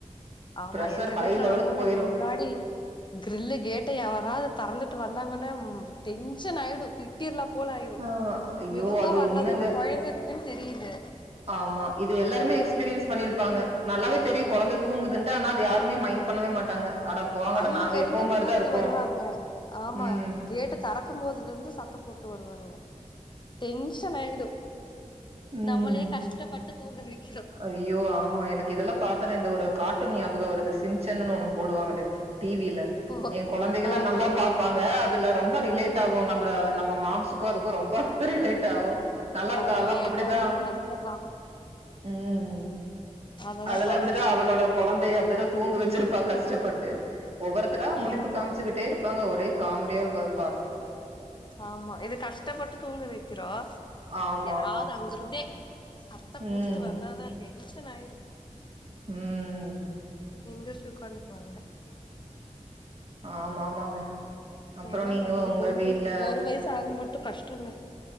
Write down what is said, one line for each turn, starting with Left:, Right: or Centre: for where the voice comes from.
Left: ஆமா
Right: ப்ரெஷர்
Left: எங்க
Right: ஹை
Left: வீட் ட்ல
Right: லெவலுக்கு
Left: வரும்போது
Right: போயிரு
Left: அந்த முன்னாடி கிரில்லு கேட்டயாரது தறந்துட்டு வந்தாங்கன்னா ம் டென்ஷனாயிடு திட்டிர்லா போல ஆயிரு
Right: ஆ ஐயோ
Left: மெதுவா
Right: அது
Left: வரலதானே
Right: உண்மைங்க
Left: கொய்ந்தயிருக்குன்னு தெரியிது
Right: ஆமா இது எல்லாருமே எக்ஸ்பீரியன்ஸ் பண்ணிருப்பாங்க நல்லாவே தெரியு குழந்த தூங்குதுன்ட்டு ஆனா அது யாருமே மைண் பண்ணவே மாட்டாங்க அட போங்கடா
Left: அங்க
Right: நாங்க
Left: இருந்து
Right: எப்பவும் மாரி
Left: கூப்ட்டு
Right: தான் இருப்போம்.
Left: வருவாங்க ஆமா
Right: ம்.
Left: கேட்ட தரக் க்கும்போதுல இருந்து சத்தம் போட்டு வருவாங்க டென்ஷன் ஆயிடு
Right: ம்.
Left: நம்மளே கஷ்டப்பட்டு தூங்க வெக்
Right: ஐயோ ஆமா எனக்கு இதெல்லா பாத்தனா இந்த ஒரு கார்டூன் ஞாப் பகோ வருது சின்சேனுன்னு ஒண்ணு போடுவாங்களே டி வில
Left: ஓ
Right: எ கொழந்தைகலா
Left: ஆமா
Right: நல்லா
Left: ஆமா
Right: பாப்பாங்க அதுல ரொம்ப ரிலேட்
Left: ஐயோ
Right: ஆகும் நம்பல நம்ம ம் மாம்சுக்கு அதுக்கு ரொம்ப ரிலேட் ஆகும் நல்லாருக்கா
Left: ஐயோ
Right: அவ?
Left: ஏ
Right: அப்படிதான்.
Left: கொழந்த அப்ப அதுக்குதா பா
Right: ம்
Left: அததா
Right: அதுல
Left: பாத்துட்டு
Right: அப்படிதா
Left: இருக்காங்க
Right: அவளோட கொழந்தய அப்படிதா தூங்க வச்சிருப்பா கஷ்ட டப்பட்டு. ஒவ்வொருத்தரா முழிப்பு
Left: ஆமா
Right: காமிச்சுக்கிட்டே
Left: ஆமா
Right: இருப்பாங்க ஒரே காமெடியா இருக்கு அதப்
Left: ஆமா இது கஷ்டப்பட்டு தூங்க வைக்கிறோ
Right: ஆமா,
Left: யாராவது
Right: ஆமா.
Left: அங்க இருந்தே சத்தம் போட்டுட்டு
Right: ம்.
Left: வந்தாதா கே டென்ஷன் ஆயிரு.
Right: ம்.
Left: எந்திருச்சு உக்காந்துக்குவாங்க.
Right: ஆமா ஆமாங்க. அப்புறம்
Left: என்ன
Right: நீங்க
Left: பண்றது
Right: உங்க
Left: கொஞ்சம்
Right: வீட்ல
Left: ஒரு வயசு ஆகுற மட் டு கஷ்டங்க.